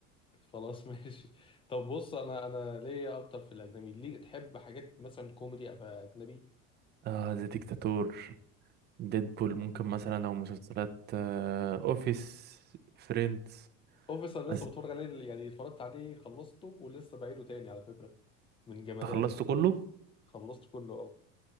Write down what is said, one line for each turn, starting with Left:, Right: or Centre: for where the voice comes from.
Left: خلاص <laughs> ماشي طب بص انا انا ليا اكتر في الاجنبي ليه تحب حاجات مثلا كوميدي أو اجنبي
Right: آه زي ديكتاتور ديدبول ممكن مثلا لو مسلسلات آه اوفيس فريندز
Left: اوفيس انا لسه
Right: بس
Left: بتفرج عليه يعني اتفرجت عليه خلصته ولسه بعيده تاني على فكره من جمدانه
Right: انت خلصت كله
Left: خلصت كله اه